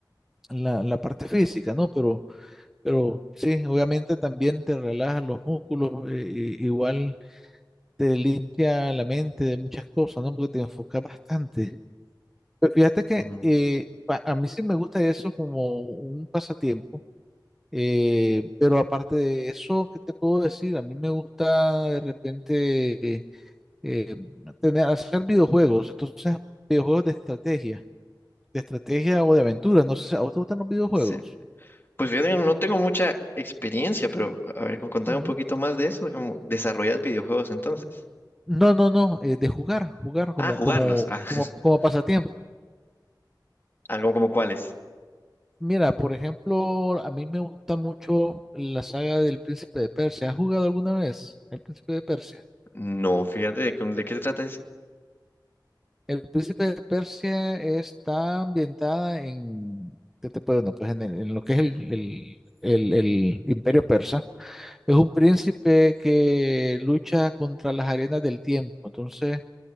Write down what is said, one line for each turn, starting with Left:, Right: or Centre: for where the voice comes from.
Centre: la, la parte física, ¿no? Pero, pero sí, obviamente también te relajas los músculos, eh, i- igual. te limpia la mente de muchas cosas, ¿no? Porque te enfoca bastante. Pero fíjate que
Left: ujú.
Centre: eh, pa- a mí sí me gusta eso como un pasatiempo, eh, pero aparte de eso, ¿qué te puedo decir? A mí me gusta de repente eh, eh, tener, hacer videojuegos, entonces videojuegos de estrategia, de estrategia o de aventura, no sé, si ¿a vos te gustan los videojuegos?
Left: Sí. Pues fíjate, que no tengo mucha experiencia, pero a ver, con- contame
Centre: Ujú.
Left: un poquito más de eso, como desarrollar videojuegos entonces.
Centre: No, no, no, eh, de jugar, jugar como,
Left: Ah, jugarlos.
Centre: como,
Left: Ah, <laughs>
Centre: como, como pasatiempo.
Left: ah, como, como cuáles.
Centre: Mira, por ejemplo, a mí me gusta mucho la saga del Príncipe de Persia. ¿Has jugado alguna vez El Príncipe de Persia?
Left: No, fíjate, ¿de, ¿cómo- ¿de qué se trata ese?
Centre: El Príncipe de Persia está ambientada en, ¿qué te puedo? No, pues en, el- en lo que es el, el- el- el Imperio Persa. Es un príncipe que lucha contra las arenas del tiempo. Entonces,